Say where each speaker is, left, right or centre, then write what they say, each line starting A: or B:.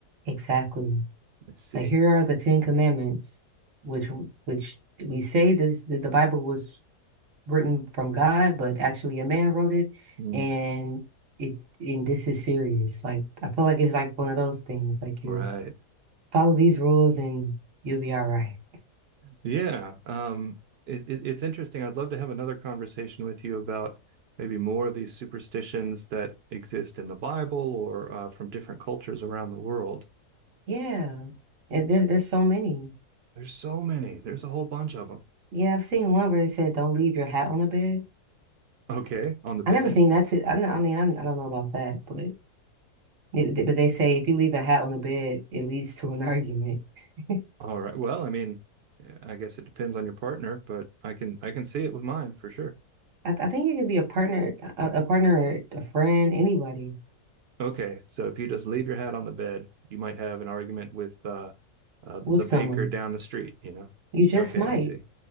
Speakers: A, on the right; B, on the right.
A: Exactly.
B: Let's see.
A: Like here are the Ten Commandments, which which we say this, that the Bible was written from God, but actually a man wrote it,
B: Mm.
A: and it and this is serious. Like I feel like it's like one of those things. Like
B: Right.
A: you follow these rules and you'll be all right.
B: Yeah, um, it, it, it's interesting. I'd love to have another conversation with you about maybe more of these superstitions that exist in the Bible or uh, from different cultures around the world.
A: Yeah, And there there's so many.
B: There's so many. There's a whole bunch of them.
A: Yeah, I've seen one where they said don't leave your hat on the bed.
B: Okay, on the bed.
A: I never seen that. To, I, kn- I mean, I, I don't know about that, but it, but they say if you leave a hat on the bed, it leads to an argument. <laughs>
B: All right. Well, I mean, I guess it depends on your partner, but I can I can see it with mine for sure.
A: I, I think it could be a partner, a, a partner, or a friend, anybody
B: Okay, so if you just leave your hat on the bed, you might have an argument with uh, uh,
A: with
B: the
A: someone.
B: baker down the street, you know?
A: You just
B: Okay,
A: might.
B: I see.